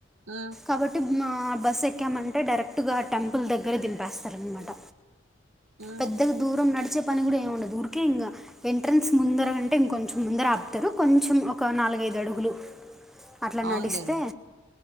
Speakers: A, on the right (about 75°); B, in the centre.
A: ఉ
B: కాబట్టి మా బస్సు ఎక్కామంటే డైరెక్టుగా టెంపుల్ దగ్గరే దింపేస్తాము అనమాట
A: మ్మ్
B: పెద్దగా దూరం నడిచే పని కూడా ఏమి ఉండదు ఊరికే ఇంకా ఎంట్రన్స్ ముందర అంటే ఇంకొంచెం ముందర ఆపుతారు కొంచెం ఒక నాలుగైదు అడుగులు అట్లా
A: అవునులేండి
B: నడిస్తే